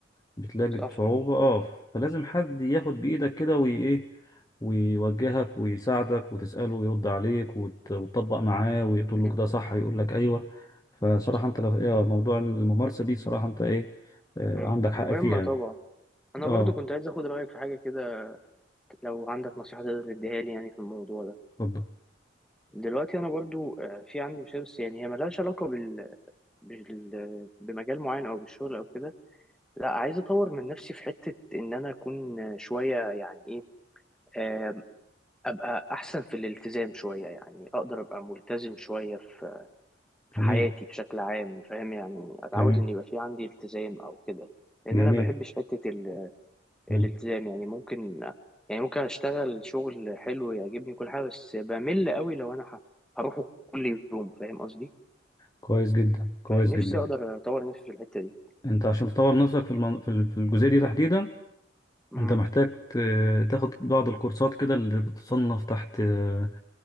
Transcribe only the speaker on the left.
بتلاقي
صعوبة
اه فلازم حد ياخد بإيدك كده وي ايه ويوجهك ويساعدك وتسأله ويرد عليك وت- وتطبق معاه ويقول
له كده صح يقول لك أيوه فصراحة
أنت لو إيه موضوع الممارسة دي صراحة أنت إيه آه
عندك
حق فيها
اه
اتفضل
جميل
جميل
جميل
مم.
كويس جدا كويس
جدا
أنت عشان تطور نفسك في المن... في ال- في الجزئية دي تحديدا
أنت محتاج ت- تاخد بعض الكورسات كده اللي بتصنف تحت آه،